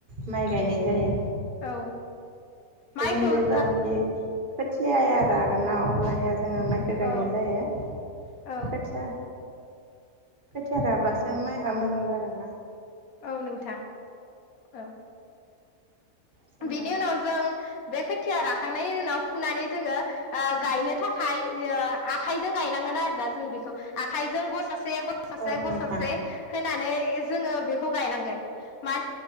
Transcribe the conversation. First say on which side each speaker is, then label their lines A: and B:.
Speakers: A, on the right; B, on the left.
A: माइ गायनाय जायो
B: औ माइखौ
A: जों जेब्लानोखि
B: ओ
A: खोथियाया रागोन ना अब्लानिया जोङो माइखो गायनाय
B: औ
A: जायो
B: औ
A: खोथिया खोथिया राब्लासो माइआ मोजां जागोन ना?
B: औ नोंथां औ
A: जोङो
B: बिनि उनाव जों बे खो थियार राखांनायनि उनाव फुनानै जोङो ओ गायनो थाखाय ओ आखायजों गायनांगोन आरोना जों बेखौ आखाइजों ग'सा से ग'सासे
A: औ
B: ग'सासे
A: नोंथां
B: होनानै जोङो बेखौ गायनांगोन मा